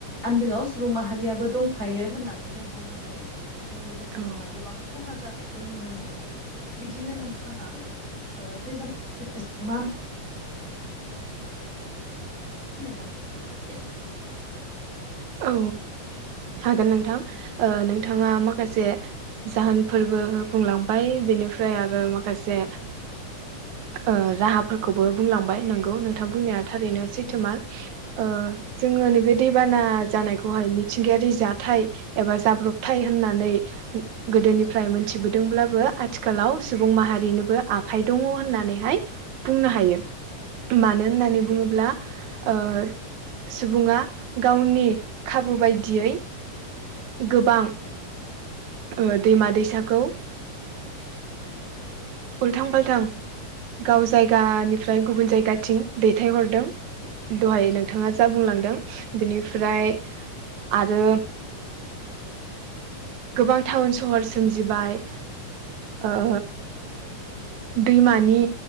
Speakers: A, on the left (about 25°); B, on the right (about 70°).
A: आन्दोआव सुबुं माहारियाबो दंफायो होननानै जों बुंनो हायो। बेजों लोगोसे
B: औ
A: जोंहा गोबां खहा जानायखौ नुनो मोनो आरो बिदिनो नोंथाङा ओ दैबाना मा <unintelligible>
B: औ हागोन नोंथां ओ नोंथाङा माखासे जाहोन फोरबो बुंलांबाय बेनिफ्राय आरो माखासे ओ राहाफोरखौबो बुंलांबाय नोंगौ नोंथां बुंनाया थारैनो सैथोमार। ओ जोङो नैबे दैबाना जानायखौहाय
A: औ
B: मिथिंगायारि जाथाय एबा जाब्रबथाय होननानै गोदोनिफ्राय मोन मिथिबोदोंब्लाबो आथिखालाव सुबुं माहारिनोबो आखाइ दङ होननानैहाय बुंनो हायो। मानो होननानै बुङोब्ला ओ सुबुङा गावनि खाबु बायदियै गोबां ओ दैमा दैसाखौ उलथां फालथां गाव जायगानिफ्राय गुबुन जायगाथिं दैथायहरदों। दहाय
A: नंगौ
B: नोंथाङा जा बुंलांदों बेनिफ्राय आरो गोबां टाउन सहर सोमजिबाय ओ दैमानि